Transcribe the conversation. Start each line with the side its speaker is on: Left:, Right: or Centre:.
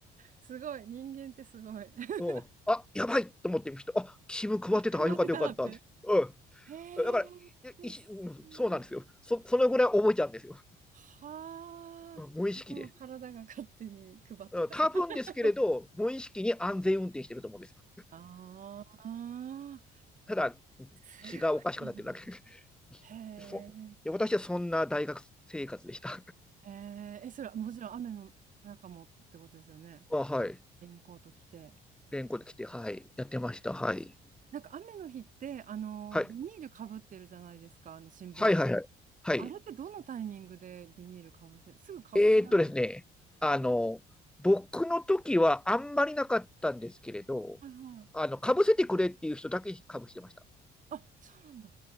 Right: すごい、人間ってすごい。<laughs>
Centre: うん、あやばいと思ってみる人、あ新聞配ってた、
Right: あ、配ってたって。
Centre: よかったよかったって。うん、
Right: へえ、
Centre: だからいし、
Right: すごい。
Centre: そうなんですよそ。そのぐらい覚えちゃうんですよ。
Right: はあ、
Centre: 無意識で。
Right: もう体が勝手に配ってた。
Centre: 多分ですけれど、
Right: <laughs>
Centre: 無意識に安全運転してると思うんですよ。
Right: ああ、
Centre: ただ、
Right: す
Centre: 気がおかしくなってるだけ。
Right: ごいな。
Centre: <laughs>
Right: へえ。
Centre: そ私はそんな大学生活でした。
Right: へえ、え、それはもちろん雨の中もってことですよね。
Centre: <laughs> あはい。
Right: レインコート着て。
Centre: 連行で来て、はい。やってました。はい。
Right: なんか雨の日って、あの、
Centre: はい。
Right: ビニールかぶってるじゃないですか、あの新聞が。
Centre: はいはいはい。はい。
Right: あれってどのタイミングでビニールかぶせ、すぐかぶせられない。
Centre: えーっとですね、あの、僕の時はあんまりなかったんですけれど、
Right: はいはい。
Centre: あの、かぶせてくれっていう人だけかぶしてました。
Right: あ、そうなんだ。